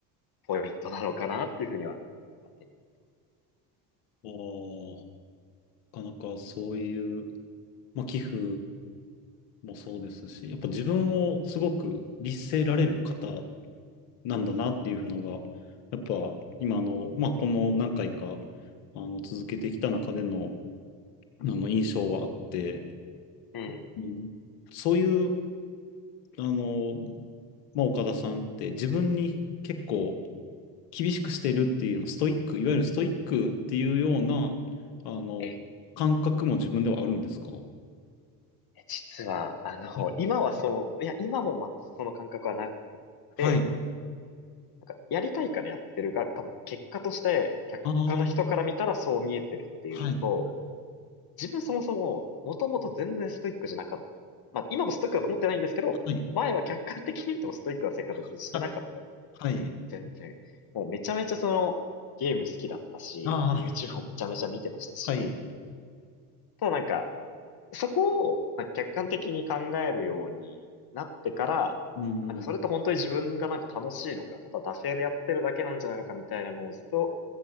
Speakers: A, on the left; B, on the left.
A: ポイントなのかなっていうふうには勝手に思ってます。
B: まあーなかなかそういう、まあ、寄付もそうですし、やっぱ自分をすごく律せられる方なんだなっていうのが、やっぱ今の、まあ、この何回か、あの、続けてきた中での、あの、印象はあって、
A: うん
B: うんそういうあの、まあ、岡田さんって自分に結構厳しくしてるっていうの、ストイック、いわゆるストイックっていうような、あの、
A: え
B: 感覚も自分ではあるんですか
A: え、実は、あの、
B: え
A: 今はそう、いや、今も全くその感覚はなくて、
B: はい。
A: なんか、やりたいからやってるが、多分結果として、客他の人から見たらそう見えてるっていうのと、
B: ああ、はい、
A: 自分そもそも、もともと全然ストイックじゃなかった。まあ、今もストイックだと思ってないんですけど、
B: はい、
A: 前は客観的に見てもストイックな生活をしてなかったんですけど、
B: <laughs> あ、はい、
A: 全然。もうめちゃめちゃその、ゲーム好きだったし、
B: ああ、
A: YouTube もめちゃめちゃ見てましたし、
B: はい、
A: ただなんか、そこをなんか客観的に考えるようになってから、
B: うん、
A: なんかそれって本当に自分がなんか楽しいのか、ただ惰性でやってるだけなんじゃないのかみたいなのをずっと